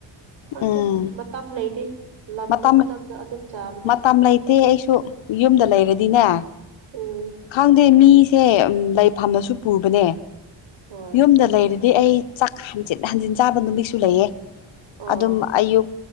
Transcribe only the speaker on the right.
ꯍꯪꯗꯦ
ꯃꯇꯝ ꯑꯃ ꯂꯩꯇꯦ ꯂꯝꯕ
ꯃꯇꯝꯗ ꯑꯗꯨꯝ ꯆꯥꯕꯅꯤ
ꯎꯝ
ꯍꯣꯏ
ꯑꯥ